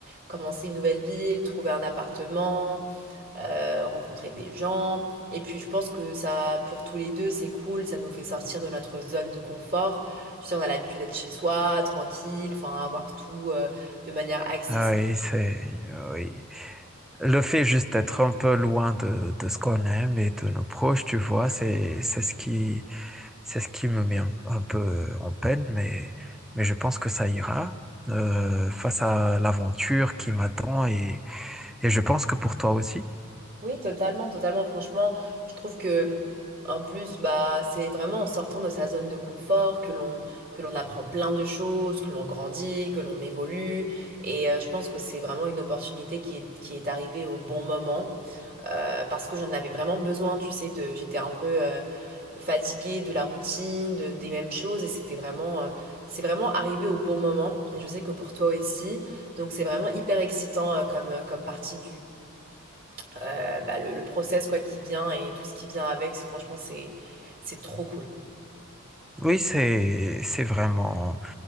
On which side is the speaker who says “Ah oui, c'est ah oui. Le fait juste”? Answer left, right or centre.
Centre